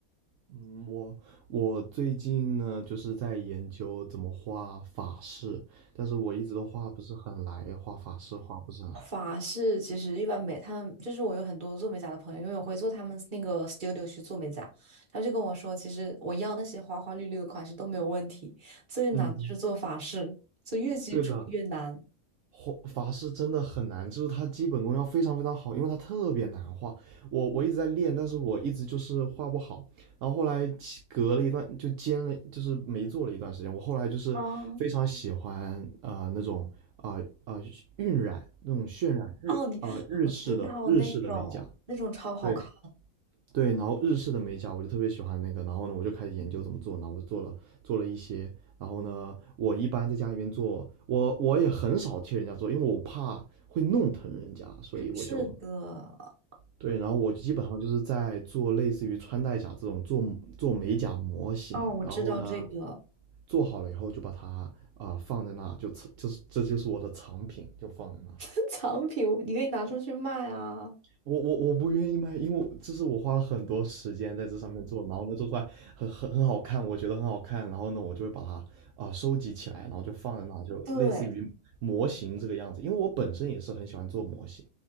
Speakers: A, on the right (about 70°); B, on the right (about 35°).
A: 嗯，我我最近呢，就是在研究怎么画法式，但是我一直都画不是很来，画法式画不是很来。
B: 法式其实一般美，他们就是我有很多做美甲的朋友，因为我会做他们那个 studio 去做美甲，他们就跟我说，其实我要那些花花绿绿的款式都没有问题，最难就是做法式，
A: 嗯，
B: 就越基础越难。
A: 对的，画法师真的很难，就是他基本功要非常非常好，因为他特别难画。我我一直在练，但是我一直就是画不好。然后后来隔了一段就兼了，就是没做了一段时间。我后来就是非常喜欢呃那种啊啊、
B: 啊，
A: 呃呃、晕染那种渲染日啊、
B: 哦，你我知道那种那种超好看，
A: 呃日式的日式的美甲，对对，然后日式的美甲我就特别喜欢那个，然后呢，我就开始研究怎么做，然后我做了做了一些，然后呢，我一般在家里面做，我我也很少替人家做，因为我怕会弄疼人家，所以我就
B: 是的，
A: 对，然后我基本上就是在做类似于穿戴甲这种做做美甲模型，
B: 哦，我知道这个
A: 然后呢，做好了以后就把它啊、呃放在那，就这就是这就是我的藏品，就放在那。
B: <laughs> 藏品，你可以拿出去卖啊。
A: 我我我不愿意卖，因为我这是我花了很多时间在这上面做，然后呢做出来很很很好看，我觉得很好看，然后呢我就会把它啊、呃收集起来，然后就放在那，就类似于模型这个样子。
B: 对，
A: 因为我本身也是很喜欢做模型，